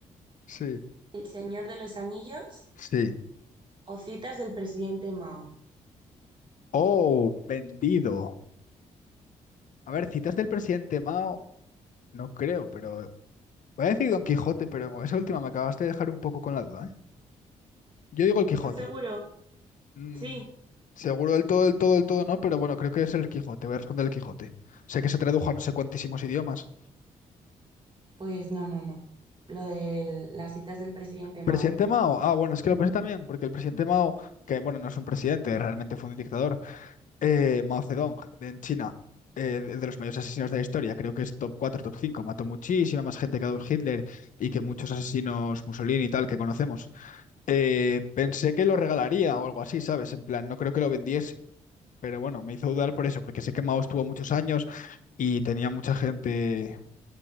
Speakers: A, on the left; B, on the right.
A: Sí,
B: El Señor de los Anillos
A: sí.
B: o Citas del presidente Mao.
A: Oh, vendido. A ver, citas del presidente Mao, no creo, pero. Voy a decir Don Quijote, pero con esa última me acabaste de dejar un poco con la duda, ¿eh? Yo digo el Quijote.
B: ¿Estás seguro?
A: Mm,
B: Sí.
A: seguro del todo, del todo, del todo no, pero bueno, creo que es el Quijote. Voy a responder el Quijote. Sé que se tradujo a no sé cuantísimos idiomas.
B: Pues no, no, no. Lo de las citas del presidente
A: Presidente
B: Mao.
A: Mao, ah, bueno, es que lo pensé también, porque el presidente Mao, que bueno, no es un presidente, realmente fue un dictador, eh, Mao Zedong, de- en China, eh, de, de los mayores asesinos de la historia, creo que es top 4, top 5. mató muchísima más gente que Adolf Hitler y que muchos asesinos Mussolini y tal que conocemos. Eh, pensé que lo regalaría o algo así, ¿sabes? En plan, no creo que lo vendiese, pero bueno, me hizo dudar por eso, porque sé que Mao estuvo muchos años y tenía mucha gente